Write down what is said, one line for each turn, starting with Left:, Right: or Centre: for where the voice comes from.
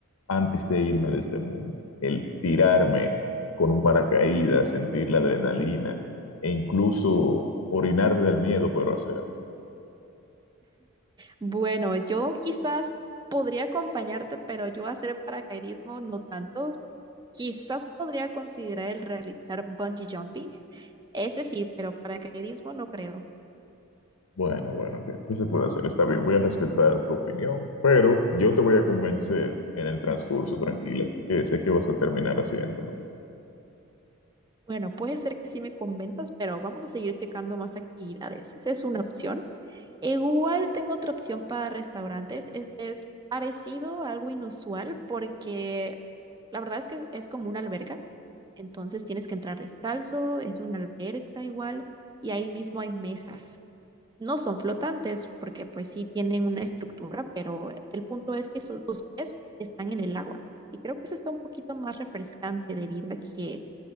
Left: antes de irme de este mundo. El tirarme con un paracaídas, sentir la adrenalina e incluso orinarme del miedo, pero hacerlo.
Right: Bueno, yo quizás podría acompañarte, pero yo hacer paracaidismo no tanto. Quizás podría considerar el realizar bungee jumping. Ese sí, pero paracaidismo no creo.
Left: Bueno, bueno, ¿qué, qué se puede hacer? Está bien, voy a respetar tu opinión, pero yo te voy a convencer en el transcurso, tranquila, así que sé que vas a terminar haciéndolo.
Right: Bueno, puede ser que sí me convenzas, pero vamos a seguir checando más actividades. Esa es una opción. Igual tengo otra opción para restaurantes. Este es parecido a algo inusual porque la verdad es que es como una alberga. Entonces tienes que entrar descalzo, es una alberca igual y ahí mismo hay mesas. No son flotantes porque pues sí tienen una estructura, pero el punto es que su- tus pies están en el agua. Y creo que eso está un poquito más refrescante debido a que